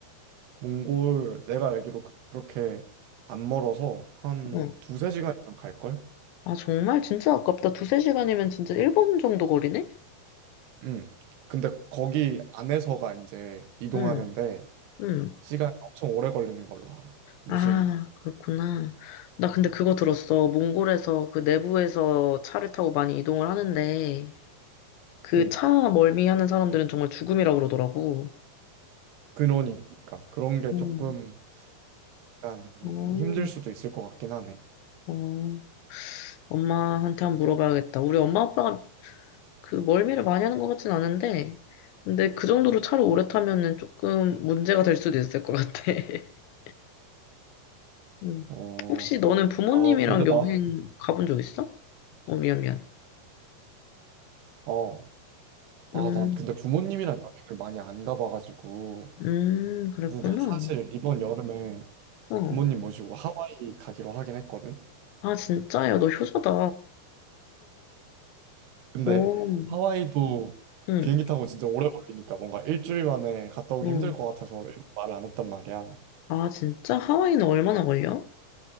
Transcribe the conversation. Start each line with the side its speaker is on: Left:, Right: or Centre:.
Right: 몽골 내가 알기로 그렇게 안 멀어서 한
Left: 어.
Right: 두세 시간이면 갈걸?
Left: 아, 정말? 진짜 아깝다. 두세 시간이면 진짜 일본 정도 거리네?
Right: 응. 근데 거기 안에서가 이제 이동하는데
Left: 응, 응.
Right: 시간 엄청 오래 걸리는 걸로 알아. 무슨
Left: 아, 그렇구나. 나 근데 그거 들었어. 몽골에서 그 내부에서 차를 타고 많이 이동을 하는데, 그
Right: 음
Left: 차 멀미하는 사람들은 정말 죽음이라고 그러더라고.
Right: 그러니까 그런 게
Left: 음,
Right: 조금 약간
Left: 어,
Right: 힘들 수도 있을 것 같긴 하네.
Left: 어, 엄마한테 한번 물어봐야겠다. 우리 엄마 아빠가 그 멀미를 많이 하는 것 같진 않은데, 근데 그 정도로 차를 오래 타면은 조금 문제가 될 수도 있을 것 같아. <laughs> 음.
Right: 어,
Left: 혹시 너는 부모님이랑
Right: 아 근데 나,
Left: 여행 가본 적 있어? 어, 미안, 미안.
Right: 어, 아
Left: 음,
Right: 난 근데 부모님이랑 여행을 많이 안 가봐가지고
Left: 음, 그랬구나.
Right: 근데 나 사실 이번 여름에
Left: 어.
Right: 부모님 모시고 하와이 가기로 하긴 했거든.
Left: 아, 진짜? 야, 너 효자다.
Right: 근데
Left: 오,
Right: 하와이도
Left: 응,
Right: 비행기 타고 진짜 오래 걸리니까 뭔가 일주일 만에 갔다 오기
Left: 응.
Right: 힘들 것 같아서 일부 말을 안 했단 말이야.
Left: 아, 진짜? 하와이는 얼마나 걸려?